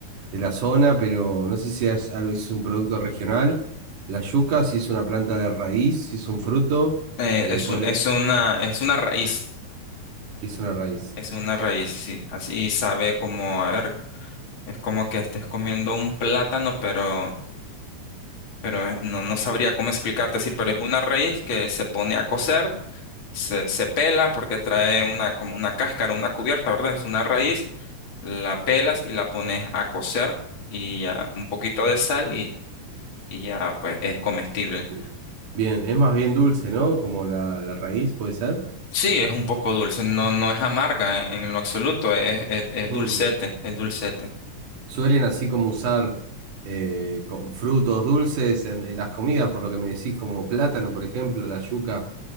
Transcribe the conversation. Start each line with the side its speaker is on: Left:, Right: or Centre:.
Right: de la zona, pero no sé si es, algo- es un producto regional. La yuca, si es una planta de raíz, si es un fruto,
Left: Eh,
Right: eh,
Left: es,
Right: podré-
Left: un- es una, es una raíz,
Right: es una raíz.
Left: es una raíz, sí. Así sabe como, a ver, es como que estés comiendo un plátano, pero pero eh, no, no sabría cómo explicarte, sí, pero es una raíz que se pone a cocer, se, se pela porque trae una, como una cáscara, una cubierta, ¿verdad? Es una raíz, la pelas y la pones a cocer y ya un poquito de sal y, y ya pues es comestible.
Right: Bien, Bien, es más bien dulce, ¿no? Como la, la raíz, puede ser.
Left: Sí, es un poco dulce, no, no es amarga en, en lo absoluto, es, es- es
Right: Mm.
Left: dulcete, es dulcete.
Right: Suelen así como usar eh, con frutos dulces en, en las comidas, por lo que me decís, como plátano, por ejemplo, la yuca.